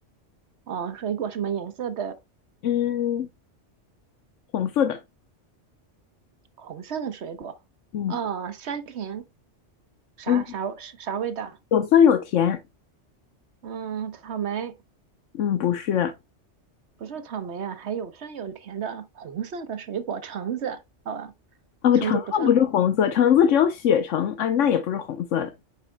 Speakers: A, on the right (about 65°); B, on the left (about 85°).
A: 哦，水果什么颜色的？
B: 嗯，红色的，
A: 红色的水果。
B: 嗯
A: 哦，酸甜，啥啥啥味道？
B: 嗯，有酸有甜。
A: 嗯，草莓，
B: 嗯，不是，
A: 不是草莓啊，还有酸有甜的红色的水果，橙子。好吧，
B: 啊，
A: 橙子不算红。
B: 橙子不是红色，橙子只有血橙啊，那也不是红色的，